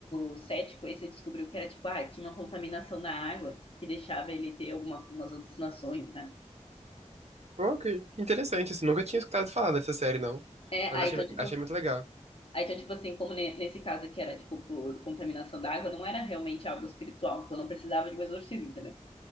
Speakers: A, on the left; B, on the right.
A: o cético esse descobriu que era tipo, ah, tinha uma contaminação na água que deixava ele ter alguma, umas alucinações, sabe?
B: Pô, que que interessante, assim, nunca tinha escutado falar dessa série, não.
A: É, aí
B: Mas achei,
A: então, tipo,
B: achei muito legal.
A: aí então, tipo assim, como ne- nesse caso aqui era tipo por contaminação da água, não era realmente algo espiritual, então não precisava de um exorcismo, entendeu?